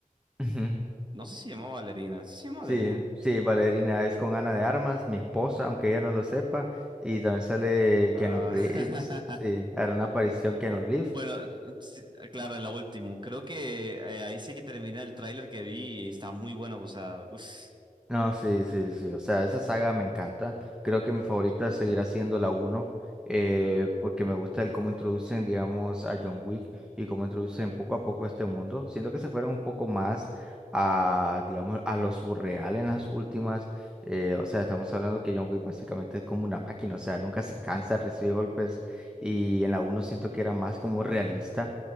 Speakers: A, in the centre; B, on the right.
A: Ujú. <laughs>
B: no sé si se llama Valerina, sí se llama
A: Sí,
B: Valerina.
A: sí, Valerina es con Ana de Armas, mi esposa, aunque ella no lo sepa. Y también sale
B: Ah,
A: Keanu Reeves. Sí,
B: <laughs>
A: hará una aparición Keanu Reeves.
B: Bueno, sí, claro, en la última. Creo que eh, ahí sí que termina el tráiler que vi y está muy bueno, o sea, uf.
A: No, sí, sí, sí. O sea, esa saga me encanta. Creo que mi favorita seguirá siendo la uno eh, porque me gusta el cómo introducen, digamos, a John Wick y cómo introducen poco a poco este mundo. Siento que se fueron un poco más a, digamos, a lo surreal en las últimas. eh, o sea, estamos hablando que John Wick básicamente es como una máquina, o sea, nunca se cansa, recibe golpes y en la uno siento que era más como realista.